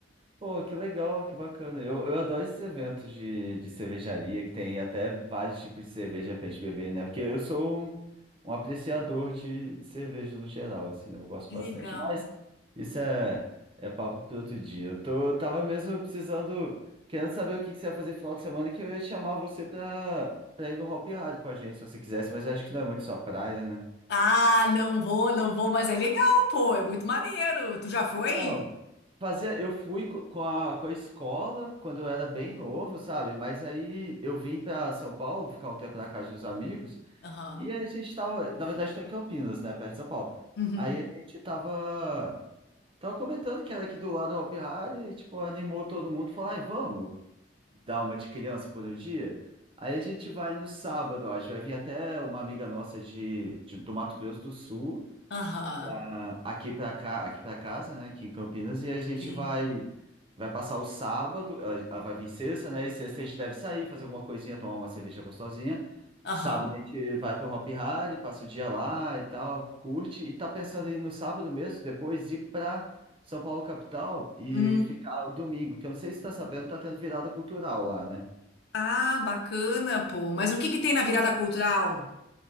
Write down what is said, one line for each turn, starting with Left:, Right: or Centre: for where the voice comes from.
Right: Pô, que legal, que bacana. Eu, eu adoro esses eventos de, de cervejaria, que tem até vários tipos de cerveja pra gente beber, né? Porque eu sou um, um apreciador de, de cerveja no geral, assim, né? Eu gosto
Left: Que
Right: bastante.
Left: Legal.
Right: Mas isso é, é papo para outro dia. Eu, tô, eu tava mesmo precisando, querendo saber o que, que você vai fazer final de semana, que eu ia chamar você pra, pra ir no Hop Hard com a gente, se você quisesse, mas acho que não é muito sua praia, né?
Left: Ah, não vou, não vou, mas é legal, pô, é muito maneiro. Tu já foi?
Right: Então, fazia, eu fui co- com a, com a escola quando eu era bem novo, sabe? Mas aí eu vim para São Paulo, ficar um tempo na casa de uns amigos,
Left: Aham.
Right: e aí a gente tava, na verdade, estou em Campinas, né, perto de São Paulo.
Left: Uhum.
Right: Aí a gente tava, tava comentando que era aqui do lado da Hopi Hari, e, tipo, animou todo mundo, falou, ai, vamos dar uma de criança por um dia. Aí a gente vai no sábado, acho, vai vir até uma amiga nossa de, de- do Mato Grosso do Sul,
Left: Aham,
Right: ah, aqui para cá, aqui para casa, né, aqui em Campinas, e a gente
Left: sim.
Right: vai vai passar o sábado, ela ela vai vir sexta, né, e sexta a gente deve sair, fazer alguma coisinha, tomar uma cerveja gostosinha.
Left: Aham.
Right: Sábado a gente vai pro Hop Hari, passa o dia lá e tal, curte, e tá pensando em ir no sábado mesmo, depois ir para São Paulo capital e
Left: Hum.
Right: ficar o domingo, que eu não sei se tá sabendo, tá tendo virada cultural lá, né?
Left: Ah, bacana, pô. Mas o que que tem na virada cultural?